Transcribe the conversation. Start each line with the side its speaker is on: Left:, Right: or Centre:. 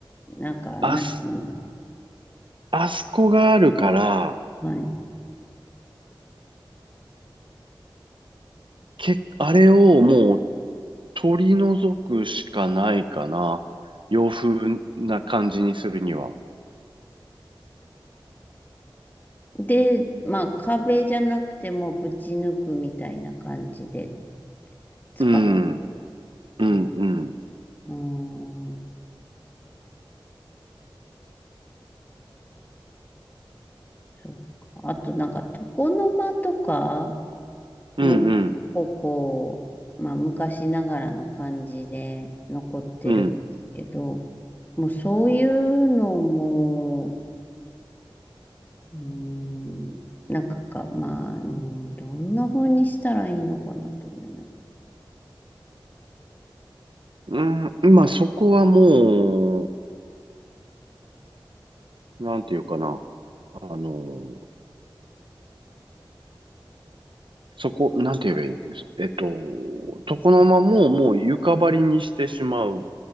Left: なんか、
Right: あす、
Left: なんていうんだろ
Right: あそこがあるから、
Left: う。はい。
Right: け、あれをもう取り除くしかないかな。洋風な感じにするには。
Left: で、まあ、壁じゃなくてもぶち抜くみたいな感じで使う
Right: うん、うん、
Left: ね。
Right: うん、
Left: うーん。そっか。あと、なんか、床の間とか
Right: うん、
Left: も、
Right: うん、
Left: こう、まあ、昔ながらの感じで残ってるんですけど、
Right: うん。
Left: もうそういうのも、うーん、なんかか、まあ、うんどんな風にしたらいいのかなと思いなが
Right: うんまあそこはもう、なんていうかな。あの、そこ、なんて言えばいい、えっと、床の間ももう床張りにしてしまう。